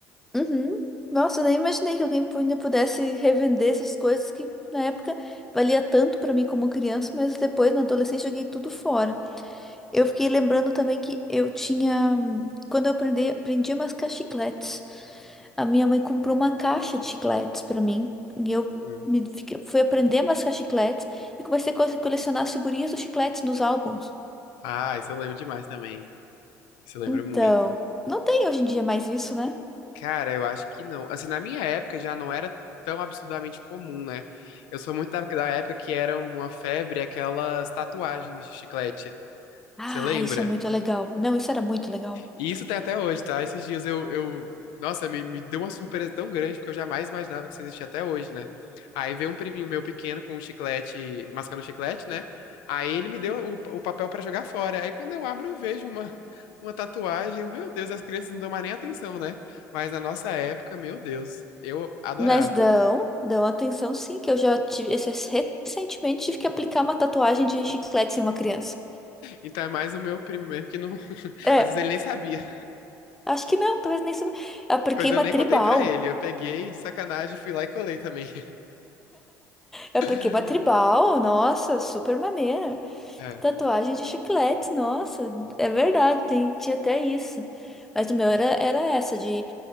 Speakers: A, in the centre; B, on the left.
A: Uhum. Nossa, eu nem imaginei que alguém ainda pudesse revender essas coisas que na época valia tanto pra mim como criança, mas depois na adolescência joguei tudo fora. Eu fiquei lembrando também que eu tinha, hum, quando eu aprendi, aprendi a mascar chicletes, a minha mãe comprou uma caixa de chicletes pra mim e eu
B: Uhum.
A: me, fiquei- fui aprender a mascar chicletes e comecei a co- colecionar as figurinhas dos chicletes nos álbuns.
B: Ah, isso eu lembro demais também. Isso eu lembro
A: Então,
B: muito.
A: não tem hoje em dia mais isso, né?
B: Cara, eu acho que não. Assim, na minha época já não era tão absurdamente comum, né? Eu sou muito da, da época que era uma febre aquelas tatuagens de chiclete.
A: Ah,
B: Você lembra?
A: isso é muito legal. Não, isso era muito legal.
B: E isso tem até hoje, tá? Esses dias eu, eu... Nossa, me, me deu uma surpresa tão grande, porque eu jamais imaginava que isso existia até hoje, né? Aí veio um priminho meu pequeno com um chiclete, mascando um chiclete, né? Aí ele me deu o, o papel pra jogar fora. Aí quando eu abro, eu vejo uma, uma tatuagem. Eu, meu Deus, as crianças não dão mais nem atenção, né? Mas na nossa época, meu Deus, eu adorava.
A: Mas dão, dão atenção sim, que eu já tive, esse- recentemente tive que aplicar uma tatuagem de chiclete em uma criança.
B: Então é mais o meu primo mesmo que não. <laughs>
A: É,
B: Às vezes ele nem sabia.
A: acho que não, talvez nem sou. Apliquei
B: Pois eu
A: uma
B: nem
A: tribal.
B: contei pra ele. Eu peguei de sacanagem, fui lá e colei também.
A: Eu
B: <laughs>
A: apliquei uma tribal, nossa, super maneira.
B: É,
A: Tatuagem de chiclete, nossa, é verdade, tem, tinha até isso. Mas o meu era, era essa, de